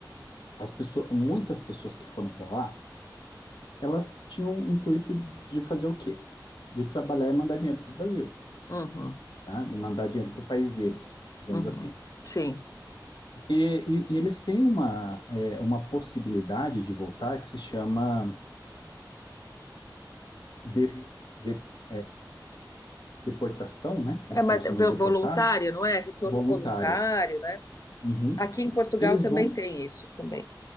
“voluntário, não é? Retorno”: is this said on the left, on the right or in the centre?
Left